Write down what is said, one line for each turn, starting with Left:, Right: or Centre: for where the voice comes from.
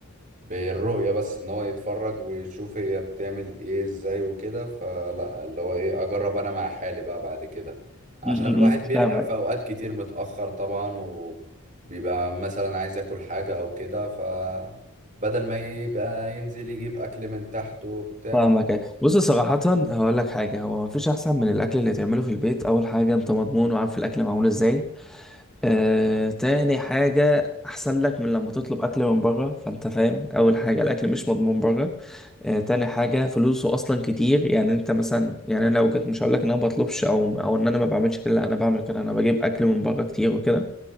Right: بالرؤية بس ان هو يتفرج ويشوف هي بتعمل ايه ازاي وكده فلا اللي هو ايه اجرب انا مع حالي بقى بعد كده عشان
Centre: م-
Right: الواحد
Centre: م- م.
Right: بيرجع
Centre: فاهمك
Right: في اوقات كتير متأخر طبعا وبيبقى مثلا عايز ياكل حاجة او كده ف بدل ما يبقى ينزل يجيب اكل من تحته وبتاع
Centre: فاهمك بص صراحة هقول لك حاجة هو مفيش أحسن من الأكل اللي تعمله في البيت أول حاجة أنت مضمون وعارف الأكل معمول إزاي آه، تاني حاجة أحسن لك من لما تطلب أكل من بره فأنت فاهم أول حاجة الأكل مش مضمون بره آه، تاني حاجة فلوسه أصلا كتير يعني أنت مثلا يعني أنا لو كنت مش هقولك إن أنا بطلبش أو أو إن أنا ما بعملش كده لا أنا بعمل كده أنا بجيب أكل من بره كتير وكده